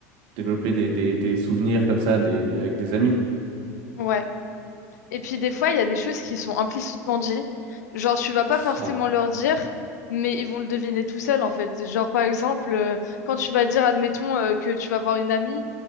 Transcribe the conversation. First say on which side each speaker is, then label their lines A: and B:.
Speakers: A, on the right (about 60°); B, on the left (about 85°).
A: développer des, des, des souvenirs comme ça, des, avec des amis.
B: Ouais. Et puis des fois, il y a des choses qui sont implicitement dites. Genre, tu vas pas
A: C'est
B: forcément
A: ça.
B: leur dire, mais ils vont le deviner tout seuls, en fait. Genre, par exemple, euh, quand tu vas dire, admettons, euh, que tu vas voir une amie,